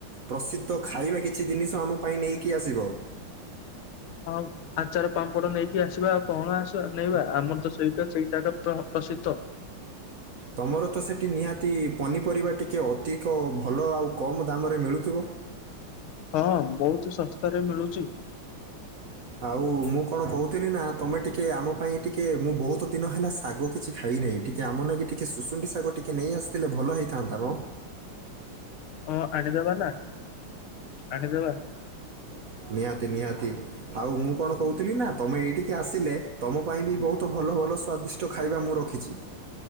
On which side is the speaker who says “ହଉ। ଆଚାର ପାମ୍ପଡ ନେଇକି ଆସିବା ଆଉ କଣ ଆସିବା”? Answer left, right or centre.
Left